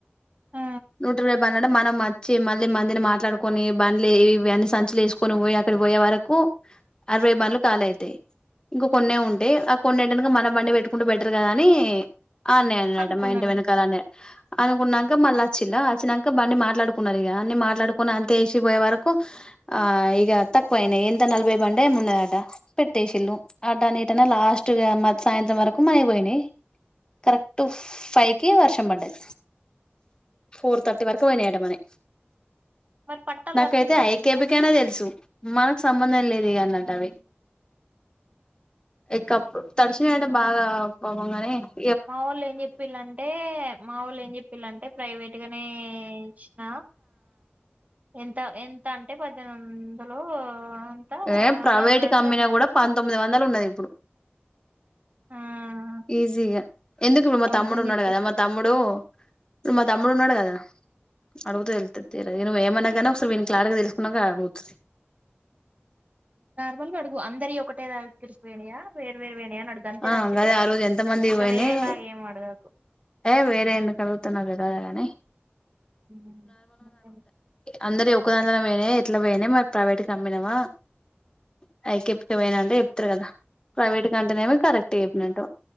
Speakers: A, on the right; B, on the left.
A: ఆ
B: నూటిరవై బన్ టే మనమచ్చి మళ్ళీ మందిని మాట్లాడుకొని బండ్లే వి అని సంచిలేసుకొని బోయి అక్కడ బోయే వరకు అరవై బండ్లు కాలి అయితయి ఇంక కొన్నే ఉంటయి ఆ కొన్నీటెనక మన బండి పెట్టుకుంటే బెటర్ కదా అని ఆ అన్నయన్నడట
A: అనుకున్నారు
B: మా ఇంటి వెనకాలన్నయ, అనుకున్నాంక మళ్ళచ్చిళ్ళ అచ్ వచ్చినాక బండి మాట్లాడుకున్నారు ఇక అన్ని మాట్లాడుకుని అంతే వేసి పోయే వరకు ఆ ఇగ తక్కువ ఎంత నలభై బండే <unintelligible> పెట్టేసి ఇల్లు ఆటా నటన్న లాస్ట్గా సాయంత్రం వరకు కు అయిపోయినాయి కరెక్ట్ ఫైవ్ కి వర్షం పడ్డది ఫోర్ తర్టీ వరకు పోయిన అట మనే
A: మరి పట్టాలు
B: నాకైతే
A: కప్పిలా వాటి
B: ఐకేబికనే
A: మీద
B: తెలుసు మ సంబంధం లేదు <unintelligible> అవి తడిచిన <unintelligible> బాగ <unintelligible>
A: మా ఓల్లు ఏం చెప్పిళంటే మా ఓళ్ళు ఏం చెప్పిళంటే ప్రైవేట్ గానే ఇచ్చిన ఎంత ఎంత అంటే పద్దెనిమిది వందలు అంతా
B: ఏ
A: ఆ
B: ప్రైవేట్
A: అన్నటు
B: కంపెనీ కూడా పంతొమ్మిది వందలు ఉన్నది ఇప్పుడు
A: ఆ
B: ఈజీగా ఎందుకు ఇప్పుడు మా
A: అవద్దని
B: తమ్ముడు ఉన్నాడు
A: చెప్పింది
B: కదా మా తమ్ముడు మ తమ్ముడు వున్నాడు కదా అడుగుతే నువ్వు ఏమన్నాగానే ఒకసారి వీ <unintelligible> తెలుసుకున్నాక అడుగుతుంది
A: నార్మల్గ అడుగు అందరియి ఒకటే దగ్గరికి పోయినయా వేర్ వేరు పోయినయనడుగు గంతే
B: ఆ
A: తప్పితే
B: గదే ఆ రోజు ఎంత మంది
A: ఇంక
B: పోయినయి
A: వేరేలాగ ఏం అడగకు
B: ఏ వేరే ఎందుకడుగుత నాక్ దెల్వదా గనీ
A: మ
B: అందరి ఒకదన్లో పోయినాయి ఎట్ల పోయినాయి మావి అమ్మినామ <unintelligible> ఏమైనా అంటే చెప్తారు కదా ప్రైవేట్ కంటేనేమి కరెక్ట్ చెప్పినట్టు